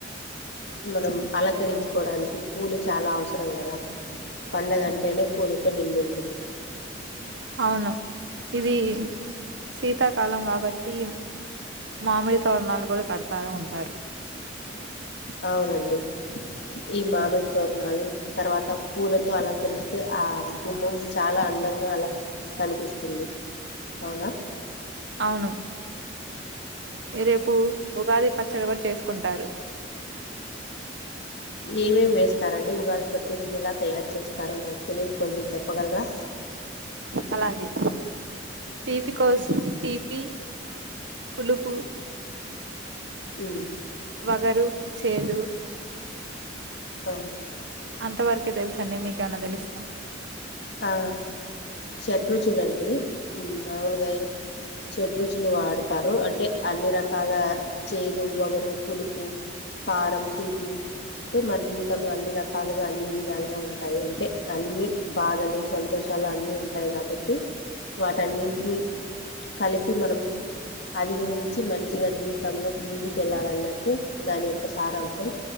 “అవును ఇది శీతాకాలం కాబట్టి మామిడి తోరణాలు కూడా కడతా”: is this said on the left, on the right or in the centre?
Right